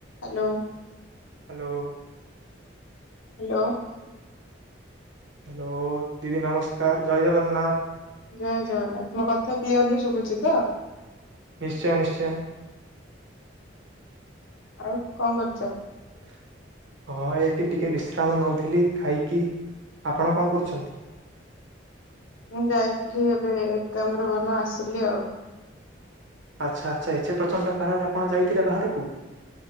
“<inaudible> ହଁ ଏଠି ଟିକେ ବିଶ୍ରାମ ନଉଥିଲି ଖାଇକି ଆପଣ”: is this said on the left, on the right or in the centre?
Right